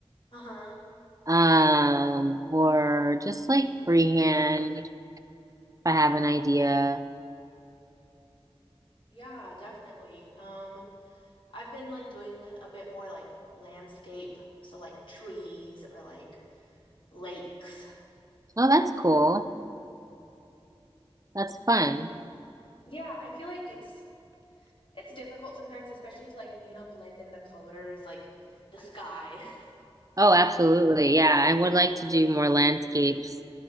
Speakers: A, on the left (about 60°); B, on the right (about 35°).
A: Uh-huh.
B: Um, or just like freehand if I have an idea.
A: Yeah, definitely. Um, I've been like doing a bit more like landscape, so like trees or like lakes.
B: Oh, that's cool. That's fun.
A: Yeah, I feel like it's It's difficult sometimes, especially to, like, you know, blend in the colors, like the sky. <laughs>
B: Oh, absolutely. Yeah, I would like to do more landscapes.